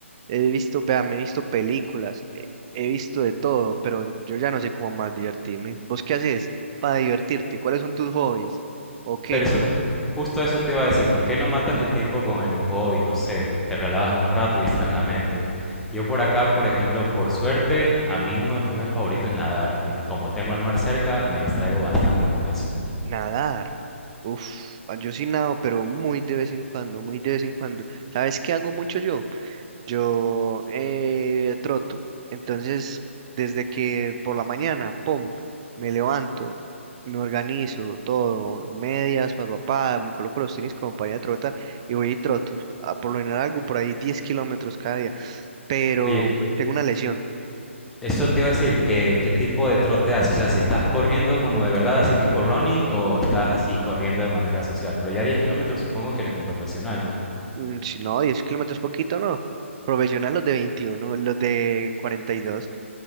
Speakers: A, on the right; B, in the centre.
A: He visto, vea, me he visto películas, he, he visto de todo, pero yo ya no sé cómo más divertirme. ¿Vos qué haces para divertirte? ¿Cuáles son tus hobbies? ¿O qué?
B: Pero eso, justo eso te iba a decir. ¿Por qué no matas el tiempo con algún hobby? No sé, te relajas un rato y distraes la mente. Yo por acá, por ejemplo, por suerte, a mí uno de mis hobbies favoritos es nadar. Y como tengo el mar cerca, me distraigo bastante con eso.
A: Nadar. Uf, ah, yo sí nado, pero muy de vez en cuando, muy de vez en cuando. ¿Sabes qué hago mucho yo? Yo eh, troto. Entonces, desde que por la mañana, pum, me levanto, me organizo todo, medias, papá, me coloco los tenis como para ir a trotar y voy y troto. A por lo general algo por ahí 10 kilómetros cada día, pero
B: Oye,
A: tengo una lesión.
B: Eso te iba a decir, que, ¿qué tipo de trote haces? O sea, si estás corriendo como de verdad, así tipo running, o estás así corriendo de manera social. Pero ya 10 kilómetros supongo que eres un profesional, ¿no?
A: Mm, Si no, 10 kilómetros poquito, no. Profesional los de 21 los de 42.